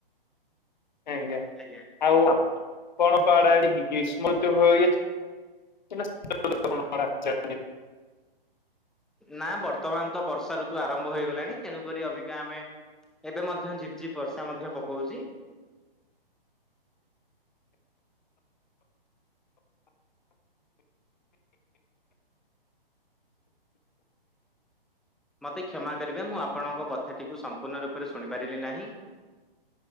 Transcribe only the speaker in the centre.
ଆଜ୍ଞା <inaudible>
ନା ବର୍ତ୍ତମାନ ତ ବର୍ଷା ଋତୁ ଆରମ୍ଭ ହୋଇଗଲାଣି ତେଣୁକରି ଅବିକା ଆମେ ଏବେ ମଧ୍ୟ ଝିପଝିପ ବର୍ଷା ମଧ୍ୟ ପକଉଛି। ମତେ କ୍ଷମା କରିବେ ମୁଁ ଆପଣଙ୍କ କଥାଟିକୁ ସମ୍ପୂର୍ଣ୍ଣ ରୂପରେ ଶୁଣି ପାରିଲି ନାହିଁ।